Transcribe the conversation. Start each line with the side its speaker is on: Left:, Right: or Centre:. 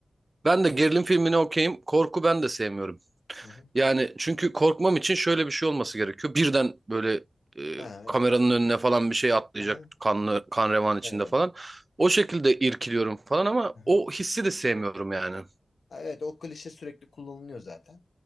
Right: Ben de gerilim filmini okeyim. Korku ben de sevmiyorum.
Left: Hı hı.
Right: Yani çünkü korkmam için şöyle bir şey olması gerekiyor. Birden böyle e,
Left: Ha, evet.
Right: kameranın önüne falan bir şey atlayacak
Left: Aha,
Right: kanlı kan revan içinde
Left: evet evet.
Right: falan. O şekilde irkiliyorum falan ama
Left: Aha.
Right: o hissi de sevmiyorum yani.
Left: Ha, evet o klişe sürekli kullanılıyor zaten.